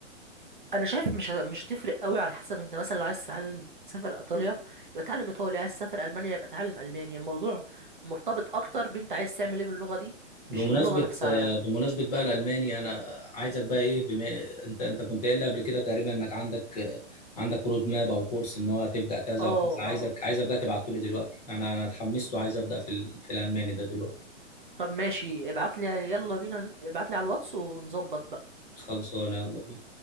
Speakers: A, on the right; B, on the left.
A: انا شايف مش مش تفرق قوي على حسب انت مثلا لو عايز تتعلم تسافر ايطاليا يبقى اتعلم ايطالي عايز تسافر المانيا يبقى اتعلم المانيا الموضوع مرتبط اكتر بانت عايز تعمل ايه باللغه دي
B: بمناسبة
A: مش باللغه نفسها
B: آه،
A: يعني
B: بمناسبة بقى الألماني أنا عايزك بقى إيه بما أنت أنت كنت قايل لي قبل كده تقريبا إنك عندك آه، عندك رود ماب أو كورس إن هو تبدأ كذا
A: اه
B: وكذا عايزك
A: اه
B: عايزك بقى تبعته لي دلوقتي أنا أنا اتحمست وعايز أبدأ في ال... في الألماني ده دلوقتي
A: طب ماشي ابعت لي يلا بينا نت- ابعت لي على الواتس ونظبط بقى
B: خلصانة يلا بينا